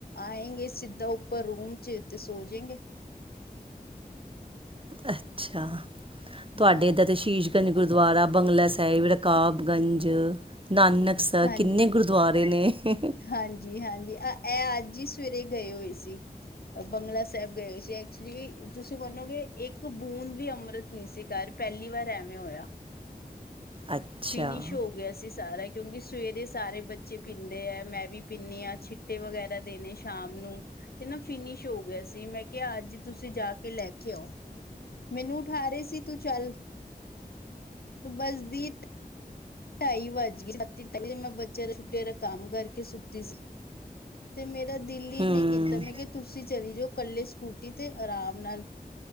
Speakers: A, on the left; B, on the right.
A: ਆਏਂਗੇ ਸਿੱਧਾ ਉਪੱਰ ਰੂਮ ਚ ਤੇ ਸੋਜੇਗੇ।
B: ਅੱਛਾ! ਤੁਹਾਡੇ
A: ਹਾਂ
B: ਏਦਾਂ ਤੇ ਸ਼ੀਸ਼ ਧੰਨ ਗੁਰਦੁਆਰਾ ਬੰਗਲਾ ਸਾਹਿਬ ਰਕਾਬ ਗੰਜ ਨਾਨਕ ਸਾਰ
A: ਹਾਂਜੀ
B: ਕਿੰਨੇ ਗੁਰ ਦੁਆਰੇ ਨੇ ਹੀ ਹੀ ਹੀ
A: ਹਾਂਜੀ, ਹਾਂਜੀ ਅ ਇਹ ਅੱਜ ਹੀ ਸਵੇਰੇ ਗਏ ਹੋਏ ਸੀ। ਬੰਗਲਾ ਸਾਹਿਬ ਗਏ ਸੀ ਐਕਚੁੱਲੀ ਤੁਸੀਂ ਮੰਨੋਗੇ ਇੱਕ ਬੂੰਦ ਵੀ ਅੰਮ੍ਰਿਤ ਨ ਸੀ ਘਰ ਪਹਿਲੀ ਵਾਰ ਐਵੇਂ ਹੋਇਆ
B: ਅੱਛਾ
A: ਫਿਨਿਸ਼ ਹੋ ਗਿਆ ਸੀ ਸਾਰਾ ਕਿਉਂਕਿ ਸਵੇਰੇ ਸਾਰੇ ਬੱਚੇ ਪੀਂਦੇ ਹੈ। ਮੈਂ ਵੀ ਪੀਨੀ ਹਾਂ ਛਿੱਟੇ ਵਗੈਰਾ ਦੇਣੇ ਸ਼ਾਮ ਨੂੰ ਤੇ ਨਾ ਫਿਨਿਸ਼ ਹੋ ਗਿਆ ਸੀ ਮੈਂ ਕਿ ਅੱਜ ਤੁਸੀਂ ਜਾ ਕੇ ਲੈ ਕੇ ਆਓ। ਮੈਨੂੰ ਉਠਾ ਰਹੇ ਸੀ ਤੂੰ ਚੱਲ ਬਸਦੀ ਢਾਈ ਵੱਜ ਗਏ ਸਤੀਾਈੇ ਮੈਂ ਬੱਚਿਆਂ ਦਾ ਛੁੱਟੀਆਂ ਦਾ ਕੰਮ ਕਰਕੇ ਸੁੱਤੀ ਸੀ ਤੇ ਮੇਰਾ ਦਿਲ ਹੀ
B: ਹੂੰ।
A: ਨਹੀਂ ਕੀਤਾ ਮੈਂ ਕਿ ਤੁਸੀਂ ਚਲੀ ਜਾਓ ਇਕੱਲੇ ਸਕੂਟੀ ਤੇ ਆਰਾਮ ਨਾਲ।